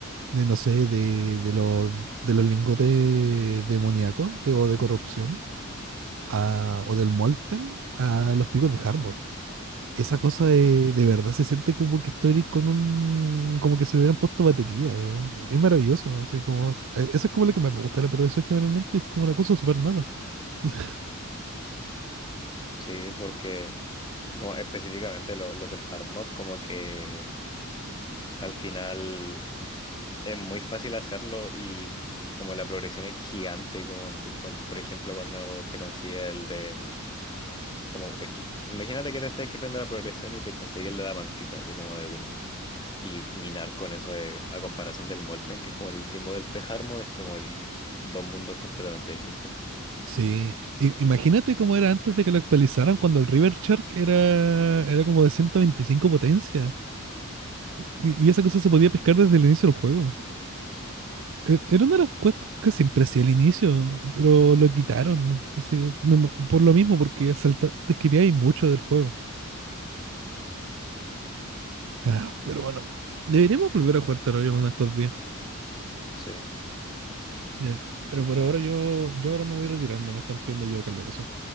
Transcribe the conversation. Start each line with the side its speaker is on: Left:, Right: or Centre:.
Right: de no sé, de, de, los, de los lingotes demoníacos de, o de corrupción, a- o del Molten, a los picos de Harmod. Esa cosa de,
Left: Sí,
Right: de verdad se siente como que estoy con un... como que se le hubieran puesto batería. eh. Es maravilloso, así como... eh, Eso es como lo que más me gusta de la progresión generalmente, es como una cosa súper nada. <laughs>
Left: sí, porque como específicamente lo- los del hard mod, como que al final es muy fácil hacerlo y como la progresión es gigante, como en- cuan- por ejemplo cuando te consigues el de Como, es que- imagínate que te estés escribiendo la progresión y te consigues la mantita, así como de uno. Y minar con eso de- a comparación del Molten, que es como el último del pre-Harmod, es como el dos mundos completamente distintos.
Right: Sí, i- imagínate cómo era antes de que lo actualizaran cuando el River Shark era, era como de 125 potencia. Y, y esa cosa se podía pescar desde el inicio del juego. E- Era una de las cosas que siempre hacía al inicio, pero lo quitaron, ¿no? No sé, me- me- por lo mismo, porque salta, te esquipeáis mucho del juego. Ah, pero bueno, deberíamos volver a jugar Terraria uno de estos días.
Left: Sí,
Right: Ya, Pero por ahora yo, yo ahora me voy retirando, me están pidiendo yo acá en la casa.